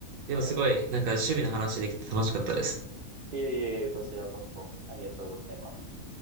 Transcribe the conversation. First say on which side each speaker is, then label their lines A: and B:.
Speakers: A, on the right; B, on the right.
A: でもすごい、
B: はい。
A: なんか趣味の話できて楽しかったです。
B: いえいえいえ、こちらこそありがとうございます。